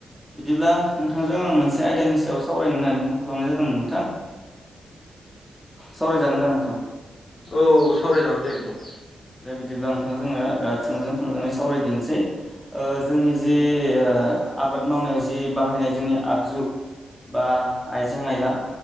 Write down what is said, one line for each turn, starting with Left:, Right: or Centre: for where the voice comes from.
Centre: बिदिब्ला नोंथांजों आं मोनसे आयदानि सायाव सावरायनो होननानै फन खालामनाय जादोंमोन नोंथां। सावरायजागोनदां नोंथां?
Left: औ सावरायजागोन दे नोंथां।
Centre: दे बिदिब्ला नोंथां जोङो ओ थोंजों थोंजोङै सावरायदिनसै। ओ जोंनि जि ओ आबाद मावनायाव जि बाहायनाय जोंनि आगजु बा आइजें आइला